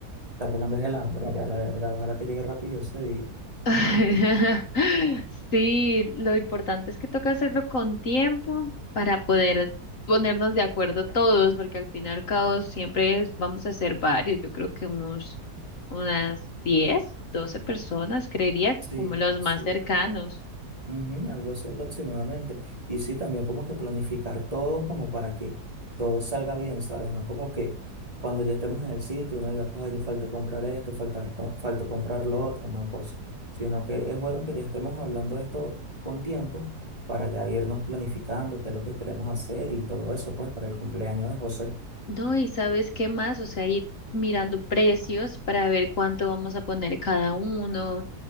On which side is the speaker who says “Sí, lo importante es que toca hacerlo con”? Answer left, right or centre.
Left